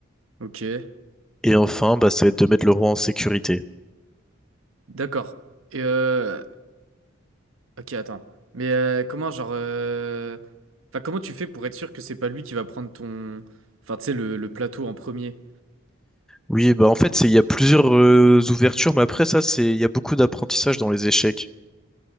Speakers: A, on the right (about 85°); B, in the centre.
A: Ok.
B: Et enfin, bah, ça va être de mettre le roi en sécurité.
A: D'accord. Et euh... Ok, attends. Mais euh, comment, genre... euh, Enfin, comment tu fais pour être sûr que c'est pas lui qui va prendre ton... Enfin, tu sais, le, le plateau en premier.
B: Oui, bah en fait, c'est il y a plusieurs euh, ouvertures, mais après ça, c'est il y a beaucoup d'apprentissage dans les échecs.